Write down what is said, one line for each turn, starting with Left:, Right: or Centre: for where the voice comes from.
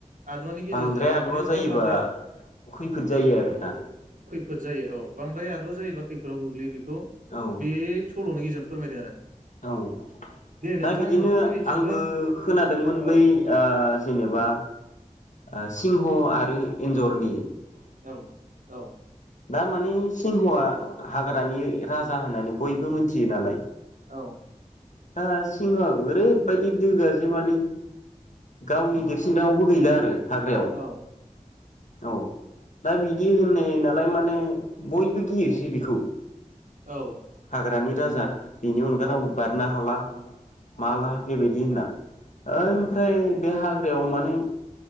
Right: आदुवानि गेजेरजों
Left: बांद्राय आदुवा जायोबा
Right: जाम्बा
Left: खैफोद जायो आरोना।
Right: फोद जायो औ। बांद्राय आदुवा जायोबा खै फोराव गोग्लैयो बेखौ
Left: औ
Right: बे सल'नि गेजेरजों फोरमायदों आरो।
Left: औ
Right: दे नोंथां
Left: दा बिदिनो
Right: नोंथांमोननिथिंबो
Left: आंबो खोनादोंमोन बै
Right: औ
Left: ओ जेनेबा ओ सिंह आरो एन्जरनि
Right: औ औ
Left: थामाने सिंहआ हाग्रानि राजा होननानै बयबो मिथियो नालाय
Right: औ
Left: दा सिंह' आबो ओरैबायदि दुगा जे माने गावनि देरसिन रावबो गैला आरो हाग्रायाव
Right: औ
Left: औ दा बिदि होननो होननाय लाय माने बयबो गियोसै बिखौ
Right: औ
Left: हाग्रानि राजा बेनि अनगा
Right: औ
Left: रावबो बारनो हाला माला
Right: औ
Left: बेबायदि होनना ओनफ्राय
Right: औ
Left: बे हाग्रायाव माने